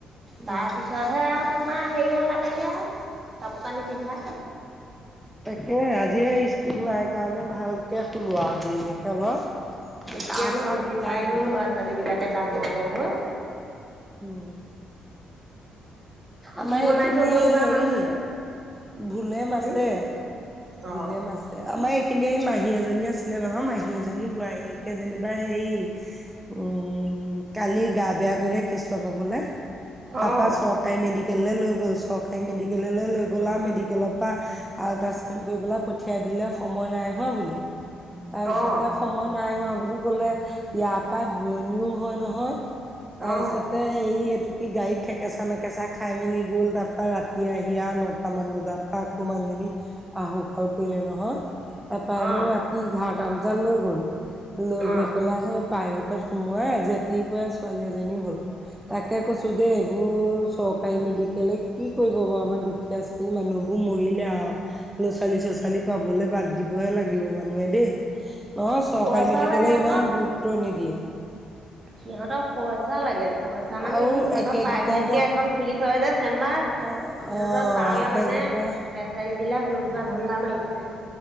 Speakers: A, on the right; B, in the centre.
A: তাৰ
B: উম
A: পিছতহে আৰু তোমাৰ হেৰিইত লাগেগে আৰু কাপোৰ কানি পিন্ধা
B: তাকে আজি সেই স্কুল নাই কাৰণে ভালকৈ শুলো আৰু দেৰিলৈকে অলপ
A: কেতিয়ানো
B: গা চা
A: বুজি
B: বিষাই
A: পায়
B: গ'ল
A: অও ল'ৰা -ছোৱালী বিলাকে ডাঙৰ হয়
B: উম। আমাৰ
A: কি
B: এইখিনিয়ে
A: বনাই থৈ গ'ল বা
B: হেৰি
A: মানুহজনে
B: ভোলেম আছে।
A: উম
B: ভোলে
A: অ
B: মাছে আমাৰ এইখিনি মাহী এজনী আছিলে নহয় মাহী এজনী বোৱাৰী একে যেনিবা হেই উম কালি গা বেয়া বোলে কেচুৱা পাবলে তাৰ
A: অ
B: পিছত চৰকাৰী মেডিকেলে লৈ‌ গ'ল চোন চৰকাৰী মেডিকেললৈ লৈ গ'লা আৰু মেডিকেলৰ পৰা আৰু তাৰপিছত ফন কৰি পেলাই পঠিয়াই দিলে সময় নাই হোৱা বুলি তাৰ পিছতে
A: অ
B: সময় নাই হোৱা বুলি কলে ইয়াৰ পৰা দুৰণিও হয় নহয় তাৰপিছতে
A: অ
B: হেই এইটো কি গাড়ী থেকেচা মেকেচা খাই মেলি গ'ল তাৰ পৰা ৰাতি আহি আৰু নটামান বজাৰ পৰা আকৌ মানুহজনী আহুকাল কৰিলে নহয় তাৰপৰানো
A: অ
B: ৰাতি এঘাৰটা বজাত লৈ গ'ল। লৈ
A: অ অ
B: গৈ পেলাই সেই প্ৰাইভেটত সোমোৱাই আজি ৰাতিপুৱাই ছোৱালী এজনী হ'ল। তাকে কৈছোঁ দেই এইবোৰ চৰকাৰী মেডিকেলে কি কি কৰিব বাৰু আমাৰ দুখীয়া শ্ৰেণীৰ মানুহবোৰ মৰিলে আৰু ল'ৰা ছোৱালী চচালী পাবলৈ বাদ দিবহে লাগিব মানুহে দেই। নহয় চৰকাৰী
A: পইচা
B: মেডিকলে
A: লাগে আকৌ
B: ইমান গুৰুত্ব নিদিয়ে।
A: সিহঁতক পইচা লাগে পইচা মানে
B: আৰু
A: কি সিহতক
B: একেগিটা
A: প্ৰাইভেট
B: ডক
A: কে এখন খুলি থয় যে চেম্বাৰ সিহঁতৰ
B: অ অ
A: তালৈ
B: একেগিটা
A: মানে পেচেণ্ট বিলাক লৈ যোৱা ধান্দা মাৰি থাকে।